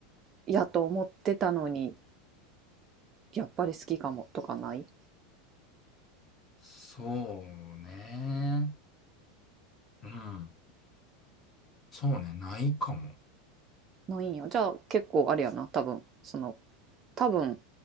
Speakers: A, on the right; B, on the left.
A: やと思ってたのにやっぱり好きかもとかない
B: そうね。うん。そうね、ないかも。
A: ないんやじゃあ結構あれやな多分その多分